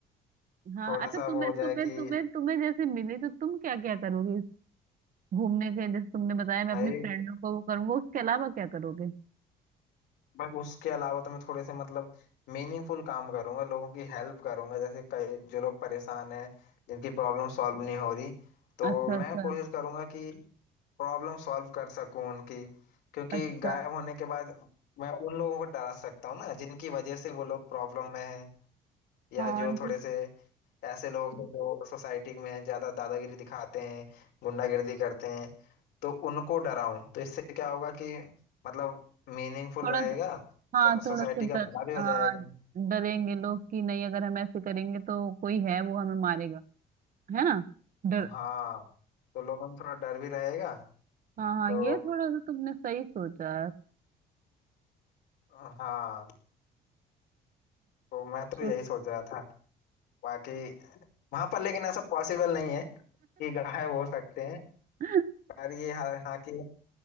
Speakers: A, on the right (about 55°); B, on the left (about 80°).
A: हाँ
B: थोड़ा
A: अच्छा
B: सा
A: तुम्हें
B: वो हो
A: तुम्हें
B: जाए कि
A: तुम्हें तुम्हें जैसे मिली तो तुम क्या क्या करोगे इस घूमने के जैसे तुमने बताया मैं
B: भाई
A: अपनी फ्रेंडों को वो करूंगा उसके अलावा क्या करोगे
B: भाई उसके अलावा तो मैं थोड़े से मतलब मीनिंगफुल काम करूंगा लोगों की हेल्प करूंगा जैसे कई जो लोग परेशान हैं जिनकी प्रॉब्लम सॉल्व नहीं हो रही तो
A: अच्छा अच्छा
B: मैं कोशिश करूंगा कि प्रॉब्लम सॉल्व कर सकूं उनकी क्योंकि
A: अच्छा
B: गायब होने के बाद मैं उन लोगों को डरा सकता हूँ ना जिनकी वजह से वो लोग प्रॉब्लम में हैं या
A: हाँ
B: जो थोड़े
A: ये
B: से ऐसे लोग हैं जो सोसाइटी में ज्यादा दादागिरी दिखाते हैं गुंडागिर्दी करते हैं तो उनको डराऊं तो इससे क्या होगा कि मतलब मीनिंगफुल
A: थोड़ा
B: रहेगा
A: सा हाँ
B: सोसाइटी
A: थोड़ा सा
B: का
A: डर
B: भला भी हो
A: हाँ
B: जाएगा
A: डरेंगे लोग कि नहीं अगर हम ऐसे करेंगे तो कोई है वो हमें मारेगा है ना डर
B: हाँ तो लोगों में थोड़ा डर भी रहेगा
A: हाँ हाँ
B: तो
A: ये थोड़ा सा तुमने सही सोचा है
B: हाँ तो मैं तो
A: सुन
B: यही सोच रहा था बाकी वहां पर लेकिन ऐसा पॉसिबल नहीं है कि गायब हो सकते हैं
A: <laughs>
B: पर ये हा, हाँ कि